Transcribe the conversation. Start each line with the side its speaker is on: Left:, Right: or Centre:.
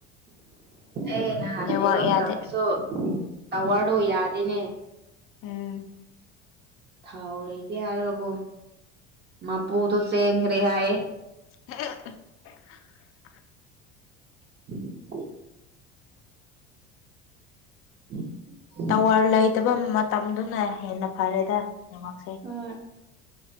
Right: ꯑꯦ ꯅꯍꯥꯟ
Left: ꯅꯦꯠꯋꯥꯛ
Right: ꯂꯩꯕ ꯃꯇꯝꯗꯁꯨ
Left: ꯌꯥꯗꯦ
Right: ꯇꯋꯥꯔꯗꯣ ꯌꯥꯗꯦꯅꯦ꯫
Left: ꯎꯝ
Right: ꯊꯥꯎ ꯂꯩꯇꯦ ꯍꯥꯏꯔꯒꯀꯣ ꯃꯄꯨꯗꯣ ꯆꯦꯟꯈ꯭ꯔꯦ ꯍꯥꯏꯑꯦ꯫
Left: <unintelligible>
Right: <unintelligible> <unintelligible>
Left: ꯇꯋꯥꯔ ꯂꯩꯇꯕ ꯃꯇꯝꯗꯨꯅ ꯍꯦꯟꯅ ꯐꯔꯦꯗ ꯅꯦꯋꯥꯛꯁꯦ꯫
Right: ꯍꫭꯏ꯫